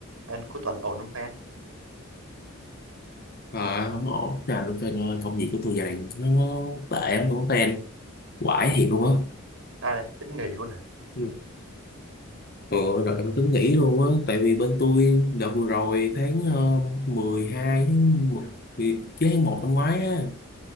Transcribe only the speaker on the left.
Mà không có ổn nào được trên ơi, công việc của tôi giờ này nó tệ lắm luôn á tên quải thiệt luôn á
Ừ. ừ rồi em tính nghỉ luôn á tại vì bên tôi đợt vừa rồi tháng uh, mười hai tháng 10, vì- chứ tháng một năm ngoái á